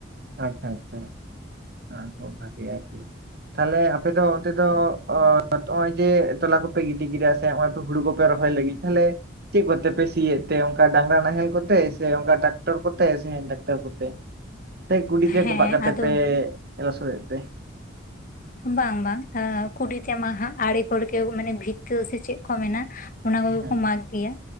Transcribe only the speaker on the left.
ᱦᱮᱸ
ᱟᱫᱚ
ᱵᱟᱝ ᱵᱟᱝ ᱠᱩᱰᱤᱛᱮ ᱢᱟ ᱦᱟᱜ ᱟᱲᱮ ᱢᱟᱱᱮ ᱵᱷᱤᱛᱟᱹ ᱥᱮ ᱪᱮᱫ ᱠᱚ ᱢᱮᱱᱟ ᱚᱱᱟ ᱠᱚᱜᱮ
ᱠᱚ ᱢᱟᱠ ᱜᱮᱭᱟ